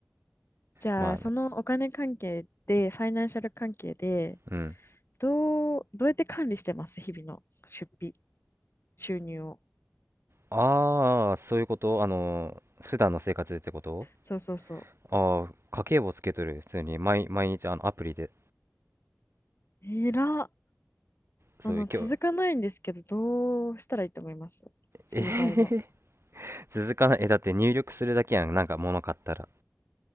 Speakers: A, on the left (about 65°); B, on the right (about 65°).
A: じゃあ、
B: まあね。
A: そのお金関係で、ファイナンシャル関係で、
B: うん。
A: どう、どうやって管理してます日々の出費、収入を。
B: ああ、そういうこと。あの、普段の生活でってこと
A: そうそうそう。
B: ああ、家計簿つけとる。普通に毎、毎日あのアプリで。
A: えらっ。
B: そう、
A: あの、続かないんですけど、
B: 今日、
A: どうしたらいいと思いますそういう場合は。
B: え、<laughs> 続かない。え、だって入力するだけやん。なんか物買ったら。